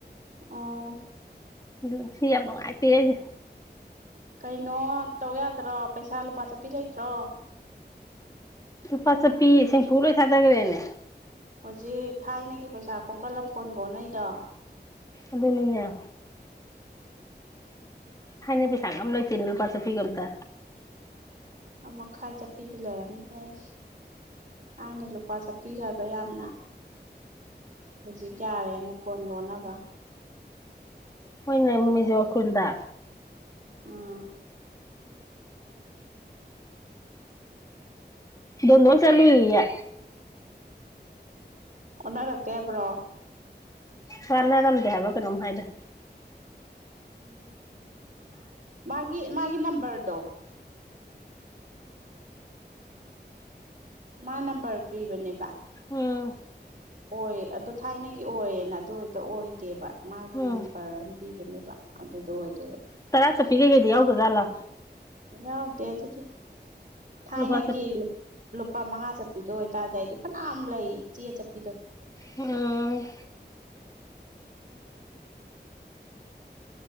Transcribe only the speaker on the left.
ꯎꯝ ꯁꯤ ꯌꯥꯝ ꯅꯨꯡꯉꯥꯏꯇꯦ ꯑꯩꯁꯦ
ꯄꯁ ꯄꯤ ꯁꯤ ꯐꯨꯂ ꯁꯥꯥꯗꯒꯔꯦꯅꯦ
ꯑꯗꯨꯅꯤꯅꯦ ꯍꯥꯏꯅ ꯄꯩꯁꯥꯒ ꯑꯃ ꯂꯩꯇꯦꯅꯦ ꯂꯨꯄꯥ ꯆꯠꯄꯤꯒ ꯑꯝꯇ
ꯍꯣꯏꯅꯦ ꯃꯤꯖꯣꯔ ꯈꯨꯜꯗ
ꯅꯣꯜ ꯆꯂꯨ ꯏꯌꯦ
ꯁꯅ ꯂꯝꯗ ꯍꯥꯏꯕ ꯀꯩꯅꯣ ꯃꯗ
ꯎꯝ
ꯎꯝ
ꯇꯔꯁꯄꯤ ꯒꯗꯤꯎꯒꯒꯂ
ꯂꯨꯄꯥ ꯆꯠ
ꯑ